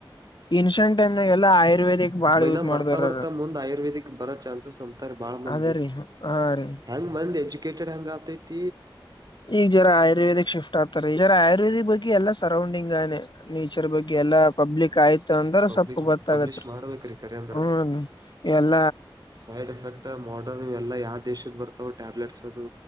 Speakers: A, on the left (about 65°); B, on the right (about 50°).
A: ಇನ್ಸೆಂಟ್ಟಮ್ನಾಗ ಎಲ್ಲ ಆಯುರ್ವೇದಿಕ್ ಬಾಳ
B: ಮೈನಾ
A: ಯೂಸ್ ಮಾಡ್ದವ್ರ
B: ಬರ್ತಾ ಬರ್ತಾ ಮುಂದ್ ಆಯುರ್ವೇದಿಕ್ ಬರೋ ಚಾನ್ಸಸ್ ಅಂತಾರೆ ಬಾಳ ಮಂದಿ
A: ಅದೇ ರೀ ಹಾ ರೀ
B: ಹೆಂಗ ವೆಲ್ ಎಜುಕೇಟೆಡ್ <unintelligible>
A: ಈ ಜನ ಆಯುರ್ವೇದಿಕ್ ಶಿಫ್ಟ್ ಆಗ್ತಾರೆ ಈ ಜರ ಆಯುರ್ವೇದಿ ಬಗ್ಗೆ ಎಲ್ಲಾ ಸರೌಂಡಿಂಗ್ <unintelligible> ಇದರ ಬಗ್ಗೆ ಎಲ್ಲಾ ಪಬ್ಲಿಕ್ ಆಯ್ತು ಅಂದ್ರ
B: ಪಬ್ಲಿಕ್
A: ಸ್ವಲ್ಪ ಗೊತ್ತಾಗತೆ
B: ಪಬ್ಲಿಷ್ ಮಾಡ್ಬೇಕ್ರಿ ಕರೆ ಅಂದ್ರ
A: <unintelligible>
B: ಸೈಡ್ ಎಫೆಕ್ಟ್ ಮಾಡರ್ನ್ ಇ ಎಲ್ಲಾ ಯಾವ ದೇಶದ ಬರ್ತಾವ ಟ್ಯಾಬ್ಲೆಟ್ಸ್ ಅದು